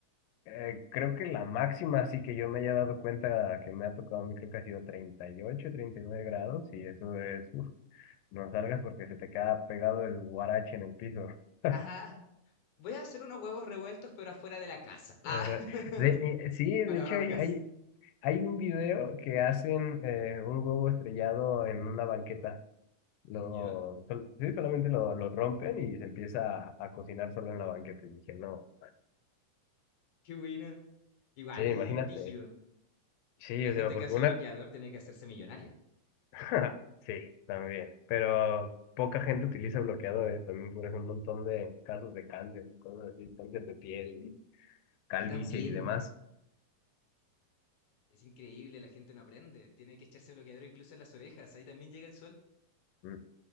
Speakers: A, on the left (about 85°); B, on the left (about 65°).
A: Eh, creo que la máxima, así que yo me haya dado cuenta que me ha tocado a mí, creo que ha sido treinta treinta y ocho treinta y nueve grados y eso es... uf, no salgas porque se te queda pegado el guarache en el piso. <laughs>
B: <laughs> ah, voy a hacer unos huevos revueltos, pero afuera de la casa. Ah,
A: Eh,
B: <laughs>
A: De, eh, sí, de
B: para
A: hecho
B: ahorrar
A: hay,
B: gas.
A: hay, Hay un video que hacen eh, un huevo estrellado en una banqueta. Lo,
B: ¿Ya?
A: sol- sí, solamente lo, lo rompen y se empieza a, a cocinar solo en la banqueta. Y dije, no,
B: Qué buena. Igual,
A: sí, imagínate.
B: brígido.
A: Sí,
B: La
A: o
B: gente
A: sea, porque
B: que hace
A: una...
B: bloqueador tiene que hacerse millonaria.
A: <laughs> Sí, también. Pero poca gente utiliza bloqueadores. También por eso un montón de casos de cáncer, y cosas así, cáncer de piel, y calvicie
B: Acá también.
A: y demás.
B: Es increíble, la gente no aprende. Tiene que echarse bloqueador incluso en las orejas. Ahí también llega el sol.
A: Mm.